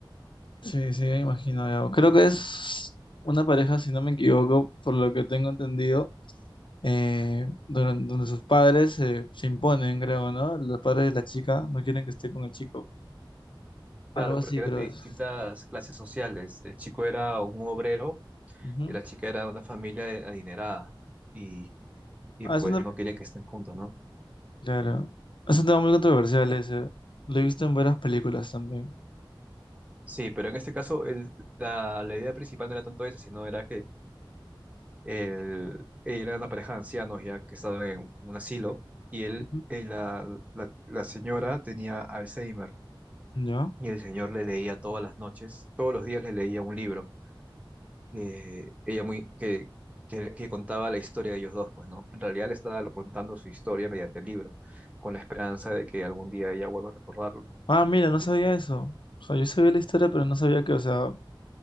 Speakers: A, on the left; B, on the right.
A: Sí, sí, me imagino. ya. Creo que es una pareja, si no me equivoco, por lo que tengo entendido, eh, duran- donde, sus padres eh, se imponen, creo, ¿no? Los padres de la chica no quieren que esté con el chico.
B: Claro,
A: Algo así,
B: porque eran
A: creo
B: de distintas
A: es.
B: clases sociales. El chico era un obrero
A: Ujú.
B: y la chica era de una familia de- adinerada y, y
A: Ah,
B: pues
A: es una-
B: no querían que estén juntos, ¿no?
A: claro. Es un tema muy controversial ese. Lo he visto en varias películas también.
B: Sí, pero en este caso el- la, la idea principal no era tanto eso, sino era que él, era una pareja de ancianos ya que estaba en un asilo y él,
A: Ujú.
B: eh, la, la la señora tenía Alzheimer
A: ¿Ya?
B: y el señor le leía todas las noches, todos los días le leía un libro, eh, ella muy, que, que, que contaba la historia de ellos dos, pues, ¿no? En realidad le estaba contando su historia mediante el libro, con la esperanza de que algún día ella vuelva a recordarlo.
A: Ah, mira, no sabía eso. O sea, yo sabía la historia, pero no sabía que, o sea,